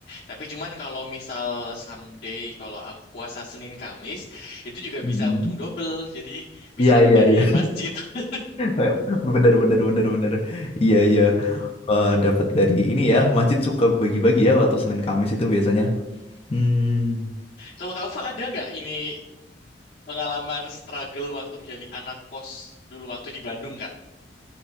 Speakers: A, on the left (about 55°); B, on the left (about 35°).
A: Tapi cuman kalau misal someday kalau aku puasa Senin Kamis, itu juga
B: mm
A: bisa untung double. Jadi bisa
B: Iya,
A: dapat
B: iya,
A: dari
B: iya.
A: masjid. <laughs>
B: <laughs> Bener, bener, bener, bener. Iya,
A: <laughs>
B: iya. Eh, dapat dari ini ya. Masjid suka bagi-bagi ya waktu Senin Kamis itu biasanya. Hmm.
A: Kalau kamu ada nggak ini pengalaman struggle waktu menjadi anak kos dulu waktu di Bandung kak?